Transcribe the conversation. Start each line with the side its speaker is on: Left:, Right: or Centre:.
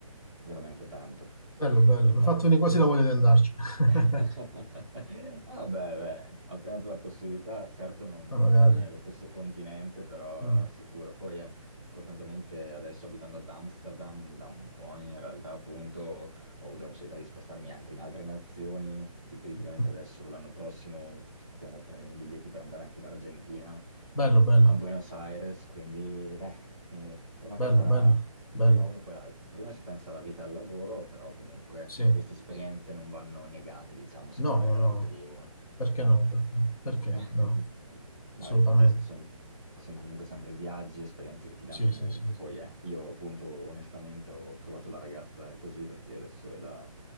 Centre: veramente tanto.
Left: bello, bello,
Centre: Infatti.
Left: mi ha fatto venire quasi la voglia di andarci. <laughs>
Centre: <laughs> Ah beh, beh, appena c'è la possibilità, certo non,
Left: Ma
Centre: non
Left: Magari.
Centre: siamo nello stesso continente, però
Left: Mm,
Centre: sicuro. Poi eh, fortunatamente adesso abitando ad Amsterdam da un po' in realtà appunto ho avuto la possibilità di spostarmi anche in altre nazioni. Ipoteticamente
Left: mhm.
Centre: adesso l'anno prossimo stiamo prendendo i biglietti per andare anche in Argentina,
Left: Bello, bello,
Centre: a Buenos Aires, quindi dai, eh, una
Left: bello,
Centre: cosa
Left: bello, bello,
Centre: prima uno poi l'altra. Prima ci pensa alla vita e al lavoro, però comunque
Left: sì.
Centre: queste esperienze non vanno negate, diciamo, secondo
Left: No,
Centre: me,
Left: no,
Centre: nella
Left: no,
Centre: vita di uno.
Left: perché
Centre: Anzi,
Left: no? Perché, perché
Centre: <laughs>
Left: no?
Centre: no,
Left: Assolutamente,
Centre: infatti sono comunque sempre viaggi, esperienze che ti danno
Left: sì,
Centre: molto.
Left: sì, sì.
Centre: Poi eh, io appunto onestamente ho trovato la ragazza così perché adesso è da